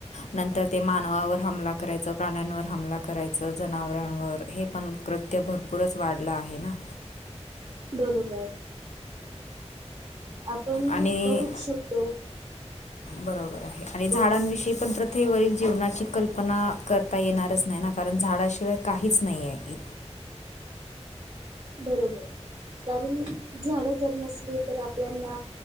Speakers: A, on the left; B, on the right.
A: नंतर ते मानवावर हमला करायचं प्राण्यांवर हमला करायचं जनावरांवर हे पण कृत्य भरपूरच वाढलं आहे ना.
B: बरोबर आपण
A: आणि
B: बघूच शकतो. हां,
A: बरोबर आहे आणि झाडांविषयी
B: बोला.
A: पण प्रत्य कथेवरील जीवनाची कल्पना करता येणारच नाही ना कारण झाडाशिवाय काहीच नाही आहे इ
B: बरोबर कारण झाडं जर नसली तर आपल्याना